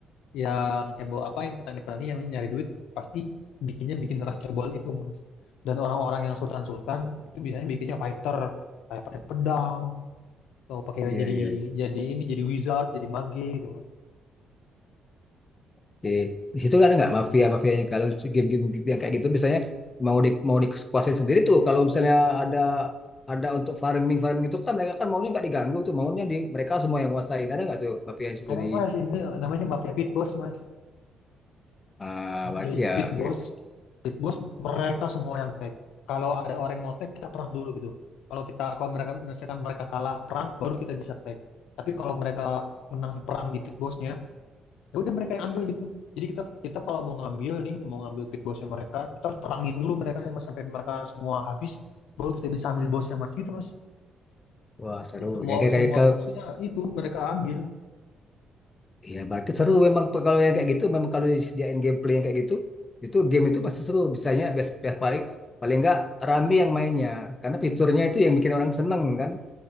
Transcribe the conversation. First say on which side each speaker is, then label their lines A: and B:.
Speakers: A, on the left; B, on the left.
A: yang cebol apa yang petani-petani yang nyari duit pasti bikinnya bikin ras cebol itu mas dan orang-orang yang sultan-sultan itu biasanya bikinnya fighter kayak pakai pedang atau pakai
B: iya
A: jadi
B: iya
A: jadi ini jadi wizard jadi mage gitu mas
B: oke di situ kan ada nggak mafia mafia yang kalau si game-game yang kayak gitu biasanya mau di mau dikuasain sendiri tuh kalau misalnya ada ada untuk farming farming itu kan mereka kan maunya nggak diganggu tuh maunya di mereka semua yang kuasain ada nggak tuh mafia di situ
A: ada
B: di
A: mas ini namanya mafia pit boss mas
B: ah berarti
A: Jadi
B: ya
A: pit
B: begitu.
A: boss, pit boss mereka semua yang tag. Kalau ada orang yang mau tag, kita perang dulu gitu. Kalau kita kalau mereka misalkan mereka kalah perang, baru kita bisa tag. Tapi kalau mereka menang perang di pit bossnya, ya udah mereka yang ambil gitu. Jadi kita kita kalau mau ngambil nih, mau ngambil pit bossnya mereka, kita harus perangin dulu mereka nih, Mas, sampai mereka semua habis, baru kita bisa ambil bosnya mas gitu mas.
B: wah seru
A: Jadi semua
B: kayak kayak
A: semua
B: kayak
A: bosnya itu mereka ambil.
B: Iya, berarti seru memang pe- kalau yang kayak gitu, memang kalau disediain gameplay yang kayak gitu, itu game itu pasti seru. Biasanya bias, bias- paling paling nggak rame yang mainnya, karena fiturnya itu yang bikin orang seneng kan.